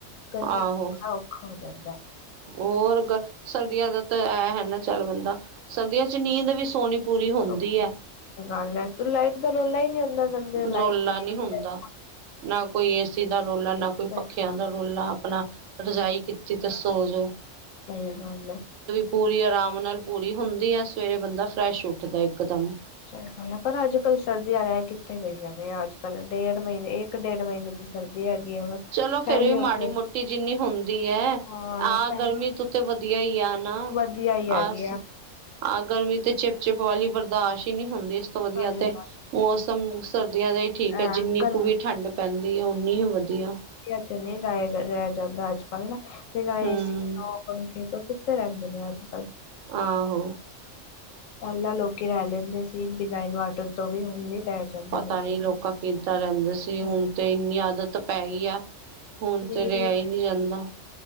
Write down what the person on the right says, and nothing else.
ਆਹੋ
ਹੋਰ ਗ, ਸਰਦੀਆਂ ਦਾ ਤਾਂ ਐ ਹੈ ਨਾ ਚੱਲ ਬੰਦਾ ਸਰਦੀਆਂ'ਚ ਨੀਂਦ ਵੀ ਸੋਹਣੀ ਪੂਰੀ ਹੋਂਦੀ
ਐ।
ਰੋਲਾ
ਨਹੀਂ ਹੁੰਦਾ, ਨਾ ਕੋਈ ਏਸੀ ਦਾ ਰੌਲਾ ਨਾ ਕੋਈ ਪੱਖਿਆਂ
ਦਾ
ਰੋਲਾ ਅਪਨਾ, ਰਜਾਈ ਕੀਤੀ ਤਾ ਸੋਜੋ।
ਪੂਰੀ ਅਰਾਮ ਨਾਲ ਪੂਰੀ ਹੁੰਦੀ ਆ, ਸਵੇਰੇ ਬੰਦਾ ਫਰੈਸ਼ ਉੱਠਦਾ ਇੱਕਦਮ।
ਚਲੋ,
ਫਿਰ ਵੀ ਮਾੜੀ-ਮੋਟੀ
ਜਿੰਨੀ ਹੁੰਦੀ ਐ।
ਆਹ
ਗਰਮੀ ਤੋਂ ਤੇ ਵਧੀਆ ਈ, ਆ ਨਾ।
ਆਸ
ਆਹ ਗਰਮੀ ਤੇ ਚਿਪ-ਚਿਪ ਵਾਲੀ ਬਰਦਾਸ਼ਤ ਹੀ ਨਹੀਂ ਹੁੰਦੀ, ਇਸ ਤੋਂ ਵਧੀਆ
ਤੇ
ਮੌਸਮ ਸਰਦੀਆਂ ਦਾ ਈ ਠੀਕ
ਏ, ਜਿੰਨੀ
ਕੁ ਵੀ ਠੰਡ ਪੈਂਦੀ ਏ ਓਨੀ ਹੀ ਵਧੀਆ।
ਹਮ
ਆਹੋ।
ਪਤਾ
ਨੀ ਲੋਕਾਂ
ਕਿੱਦਾਂ ਰਹਿੰਦੇ ਸੀ, ਹੁਣ
ਤੇ ਇੰਨੀ ਆਦਤ ਪੈਗੀ ਆ। ਹੁਣ
ਤੇ ਰਿਆ
ਈ ਨਹੀਂ ਜਾਂਦਾ।